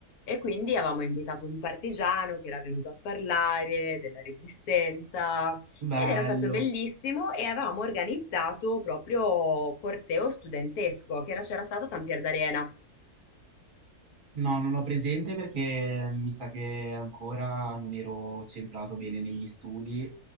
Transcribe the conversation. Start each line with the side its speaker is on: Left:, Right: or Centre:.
Left: E quindi avevamo invitato un partigiano che era venuto a parlare della resistenza,
Right: Bello.
Left: ed era stato bellissimo e avevamo organizzato proprio corteo studentesco che era- c'era stato a San Pier d'Arena.
Right: No, non ho presente perché mi sa che ancora non ero centrato bene negli studi,